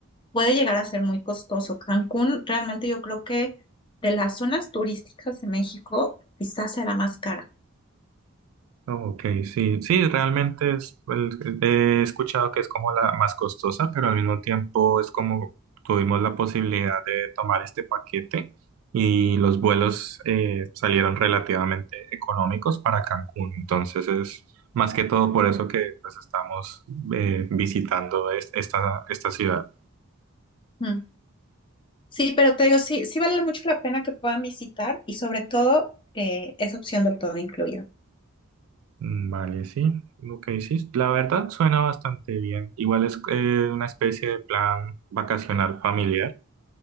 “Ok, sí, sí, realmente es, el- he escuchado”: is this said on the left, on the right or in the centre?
Right